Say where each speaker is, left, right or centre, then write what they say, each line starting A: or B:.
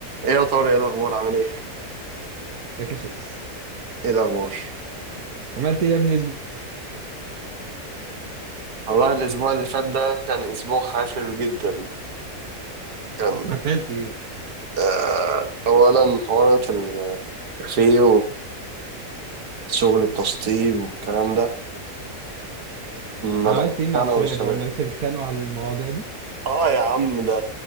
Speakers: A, on the right; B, on the right.
A: ايه يا طارق ايه الاخبار عامل ايه
B: ذاك شيبس
A: ايه الاخبار
B: عملت ايه يا ابني الاسبوع
A: والله الاسبوع اللي فات ده كان اسبوع حافل جدا كان
B: اللي فات؟ عملت ايه
A: آه اولا حوارات الكافيه وشغل التشطيب والكلام ده ما
B: عملت
A: بقى
B: ايه مع
A: انا
B: الشباب
A: والشباب
B: هم لسه بيتخانقوا على المواضيع دي
A: اه يا عم ده